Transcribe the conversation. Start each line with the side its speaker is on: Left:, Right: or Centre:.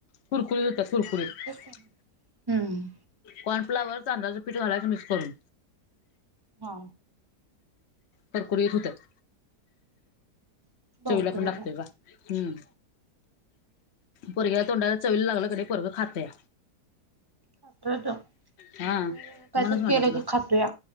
Left: कुरकुरीत होतात कुरकुरीत.
Right: हा तेच की हम्म
Left: कॉर्नफ्लावर, तांदळाच पीठ घालायच मिक्स करून.
Right: हा.
Left: कुरकुरीत होत्यात
Right: बघतो
Left: चवीला
Right: की
Left: पण
Right: जरा
Left: लागत्यात. हम्म पोरग्याला तोंडाला चवीला लागल कणी पोरग खातया.
Right: खातोय त्यो, काहीतरी
Left: हा म्हणूनच
Right: वेगळ
Left: म्हटलं
Right: केलं
Left: तुला
Right: की खातोय.